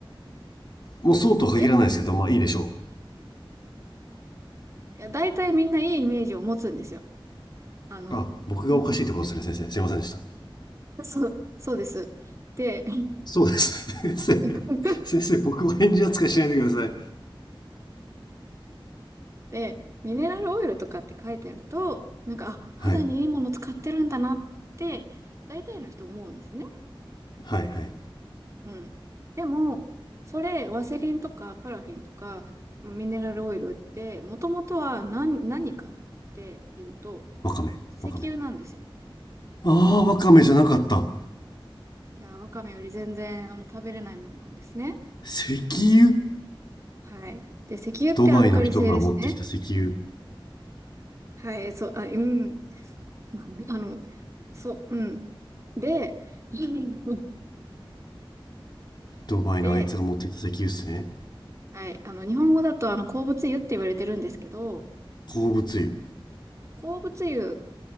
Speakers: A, on the left; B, on the right.
A: もうそうとは限らないですけど、
B: え
A: まあいいでしょ
B: いや、大体みんないいイメージを持つんですよ。あの、
A: う。あ、僕がおかしいってことですね、
B: うん
A: 先生。すいませんでした。
B: そう、そうです。で、
A: そうです。<laughs> 先生、
B: <laughs>
A: 先生、僕を返事扱いしないでくださ
B: で、ミネラルオイルとかって書いてあると、なんか、あ、肌にいいもの使ってるんだなって、
A: い。はい。
B: 大体の人思うんですね。
A: はい、はい。
B: うん。でも、それ、ワセリンとかパラフィンとか、ミネラルオイルって、もともとは何、何かっていうと、
A: わかめ、
B: 石油なんですよ。
A: わかめ。ああ、わかめじゃなかった。
B: いやー、ワカメより全然、あの、食べれないものなんですね。
A: 石油
B: はい。で、石油ってアルカリ性ですね。
A: ドバイの人が持ってきた石油。
B: はい、そう、あ、うん。<laughs> あの、そう、うん。で、<laughs>
A: ドバイのあいつが持ってきた石油っすね。
B: で、はい、あの、日本語だと、あの、鉱物油って言われてるんですけど、
A: 鉱物油。
B: 鉱物油